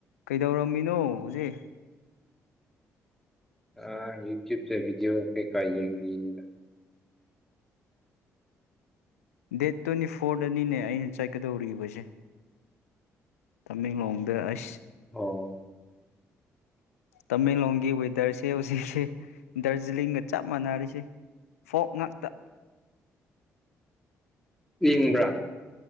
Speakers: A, on the left (about 85°); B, in the centre.
A: ꯗꯧꯔꯝꯃꯤꯅꯣ ꯍꯧꯖꯤꯛ
B: ꯑ ꯌꯨꯇꯨꯞꯇ ꯕꯤꯗꯤꯑꯣ ꯀꯩ ꯈ ꯌꯦꯡꯉꯤꯅꯤꯗ
A: ꯗꯦꯠ ꯇ꯭ꯋꯦꯟꯇꯤ ꯐꯣꯔꯗꯅꯤꯅꯦ ꯑꯩꯅ ꯆꯠꯀꯗꯧꯔꯤꯕꯁꯦ ꯇꯥꯃꯦꯡꯂꯣꯡꯗ ꯑꯁ
B: ꯑꯣ
A: ꯇꯥꯃꯦꯡꯂꯣꯡꯒꯤ ꯋꯦꯗꯔꯁ ꯍꯧꯖꯤꯛꯁꯂ ꯗꯥꯔꯖꯤꯂꯤꯡꯒ ꯆꯞ ꯃꯥꯟꯅꯔꯤꯁꯤ ꯐꯣꯛ ꯉꯥꯛꯇ
B: ꯏꯪꯕ꯭ꯔꯥ